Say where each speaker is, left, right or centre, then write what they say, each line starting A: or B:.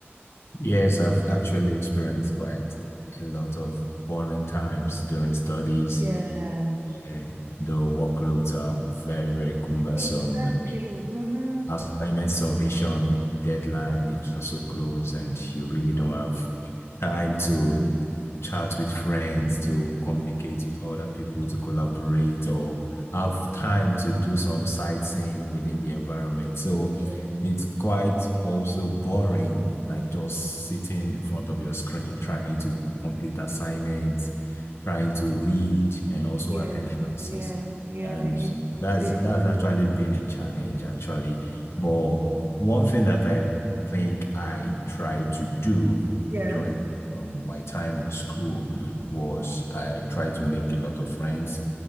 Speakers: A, on the left; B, on the right.
A: Yes, I've actually experienced quite a lot of boring times during studies
B: Yeah.
A: where the workloads are very, very cumbersome
B: Exactly.
A: and
B: Mm-hmm.
A: assignment
B: hmm
A: submission deadline is just so close and you really don't have time to chat with friends, to communicate with other people, to collaborate, or have time to do some sightseeing within the environment. So
B: Yeah.
A: it's quite also boring, like just sitting in front of your screen, trying to complete assignments, trying to read, and also
B: Yeah.
A: attend classes.
B: Yeah. Yeah.
A: And
B: It
A: that's
B: it is.
A: that's actually been a challenge, actually. But one thing that I think I try to do
B: Yeah.
A: during um, my time in school was I tried to make a lot of friends.